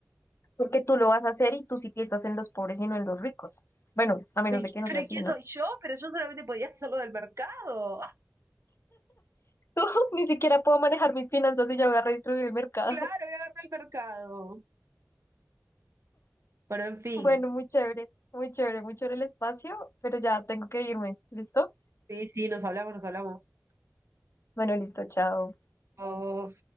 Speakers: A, on the left; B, on the right.
A: Porque tú lo vas a hacer y tú sí piensas en los pobres y no en los ricos. Bueno, a menos
B: ¿Pero,
A: de
B: qui-
A: que no
B: pero
A: sea así,
B: quién
A: ¿no?
B: soy yo? Pero yo solamente podía hacerlo del mercado. <laughs> Ah,
A: <laughs> Ni siquiera puedo manejar mis finanzas y ya voy a redistribuir el mercado.
B: Claro,
A: <laughs>
B: voy a agarrar el mercado. Bueno, en fin.
A: Bueno, muy chévere, muy chévere, muy chévere el espacio, pero ya tengo que irme. ¿Listo?
B: Sí, sí, nos hablamos, nos hablamos.
A: Bueno, listo, chao.
B: Vos.